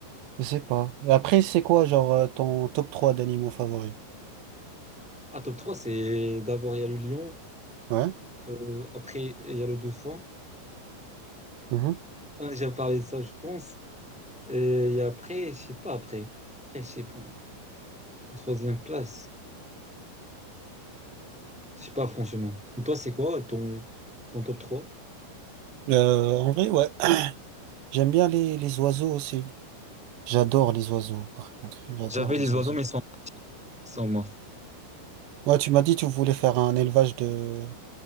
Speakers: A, on the right; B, in the centre.
A: Je sais pas. Et Après, c'est quoi, genre, euh, ton top 3 d'animaux favoris?
B: à top trois c'est d'abord, il y a le lion.
A: Ouais.
B: euh, après, il y a le dauphin.
A: mhm.
B: On a déjà parlé de ça, je pense. Et, et après, je sais pas, après. Après, je sais pas. Troisième place. Je sais pas, franchement. Et toi, c'est quoi ton, ton top trois
A: Euh, en vrai, ouais. J'aime bien les, les oiseaux aussi. J'adore les oiseaux, par contre. J'adore
B: J'avais les
A: les oiseaux.
B: oiseaux, mais ils sont, ils sont morts.
A: Ouais, tu m'as dit tu voulais faire un élevage de,